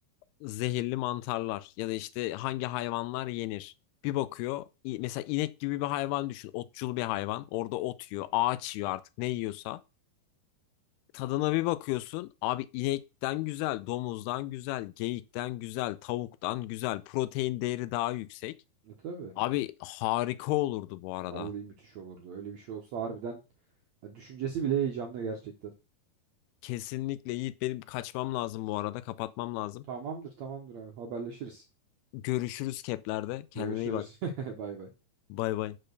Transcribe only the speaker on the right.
E tabii.
Vallahi müthiş olurdu. Öyle bir şey olsa harbiden yani düşüncesi bile heyecanlı gerçekten.
Tamamdır tamamdır abi haberleşiriz.
Görüşürüz.
<laughs> Bay bay.